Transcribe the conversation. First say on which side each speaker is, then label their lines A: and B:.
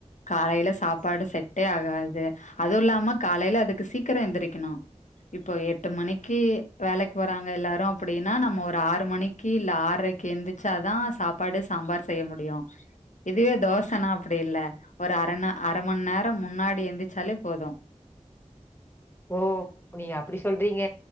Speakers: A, on the left; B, on the left.
A: காலைய்ல சாப்பாடு செட்டே ஆகாது அதுவு இல்லாம காலையில அதுக்கு சீக்கிர எந்திரிக்கணு இப்போ எட்டு மணிக்கு வேலைக்கு போறாங்க எல்லாரு அப்டின்னா நம்ம ஒரு ஆறு மணிக் கீ இல்ல ஆரைக்கு எந்திச்சாதா சாப்பாடு சாம்பார் செய்ய முடியு இதுவே தோசனா அப்டி இல்ல ஒரு அரைந அரை மண்நேர முன்னாடி எந்திச்சாலே போது
B: ஓ நீங்க அப்டி சொல்றீங்க